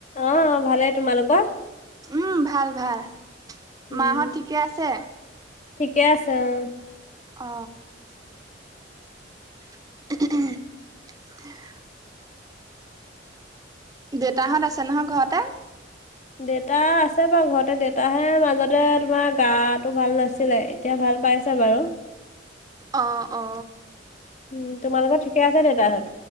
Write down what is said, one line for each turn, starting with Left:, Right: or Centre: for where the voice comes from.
Left: অ ভালে তোমালোকৰ?
Right: উম ভাল ভাল
Left: উম
Right: মাহত ঠিকে আছে।
Left: ঠিকে আছে অ।
Right: অ, <inaudible> দেউতাহঁত আছে নহয় ঘৰতে?
Left: দেউতা আছে বাৰু ঘৰতে দেউতাহে মাজতে তোমাৰ গাটো ভাল নাছিলে। এতিয়া ভাল পাইছে বাৰু
Right: অ অ
Left: উম তোমালোকৰ ঠিকে আছে দেতাহত,